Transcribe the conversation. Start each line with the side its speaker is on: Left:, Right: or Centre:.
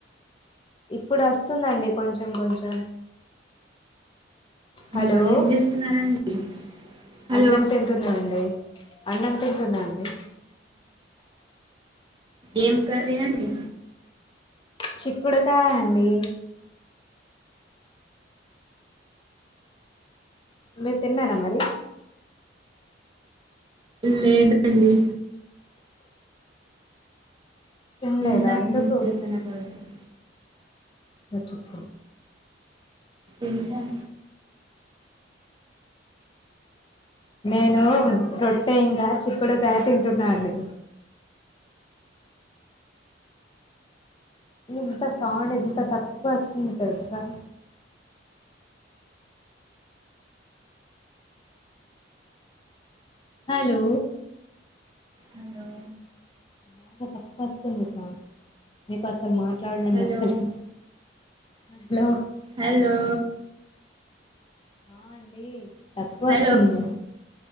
Left: ఇప్పుడస్తుండండి కొంచం కొంచం. హలో
Right: ఆ ఏం చేస్తున్నారండి హలో
Left: అన్నం తింటున్నా అండి. అన్ననం తంటున్నా అండి.
Right: ఎం కర్రీ అండి.
Left: చిక్కుడుకాయ అండి. మీరు తిన్నారా మరి.
Right: లేదండి
Left: తిన్లేదా
Right: తింటాం
Left: లేదా ఎందుకు
Right: కొంతసేపు అయిన తర్వాత
Left: అ చెప్పు.
Right: ఉంటాం.
Left: నేను రొట్టె ఇంకా చిక్కుడుకాయ తింటున్నాండి. ఇంత సౌండ్ ఎంత తక్కువ ఆస్తుంది తెల్సు. హలో.
Right: హలో
Left: బాగా తక్కో అస్తుంది సాంగ్ మీకు అసలు మాట్. మాట్లాడం
Right: హలో
Left: అస్తలేదు హలో.
Right: హల్లో
Left: ఆ అండి తక్కువ
Right: హలో
Left: అస్తుంది